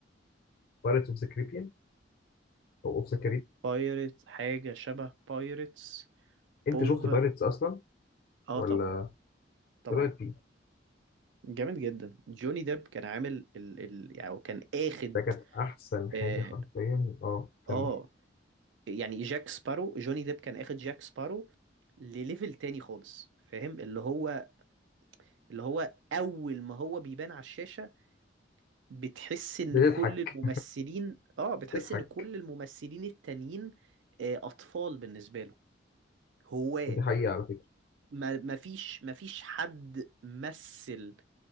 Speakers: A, on the left; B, on the right.
A: بايرتس اوف ذا كاريبيان او اوف ذا
B: بايرت حاجة شبه بايرتس
A: انت
B: بوف
A: شفت بايرتس اصلا
B: اه
A: ولا
B: طبعا طبعا
A: ايه رايك فيه
B: جامد جدا جوني ديب كان عامل ال ال يعني أو كان اخد
A: ده كانت احسن حاجه
B: اه
A: حرفيا اه كمل
B: آه، يعني جاك سبارو جوني ديب كان اخد جاك سبارو لليفل تاني خالص فاهم اللي هو اللي هو اول ما هو بيبان على الشاشة بتحس ان
A: بتضحك
B: كل الممثلين اه بتحس
A: بتضحك
B: ان كل الممثلين التانيين آه، اطفال بالنسبة له هواة
A: ودي حقيقه على فكره
B: ما ما فيش ما فيش حد مثل